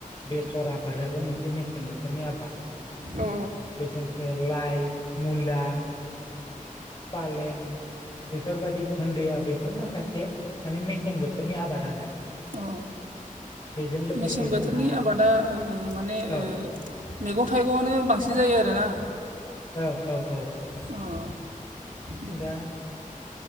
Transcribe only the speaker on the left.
बे सर आबादाबो मोनसे मेसें बोथोरनि आबाद
बेजोंसे लाइ मुला फालें बेफोर बायदि दुदिया बेफोर माखासे माने मेसें बोथोरनि आबाद आरो
बेजों लोगोसे
जोंहा
औ
औ औ औ
दा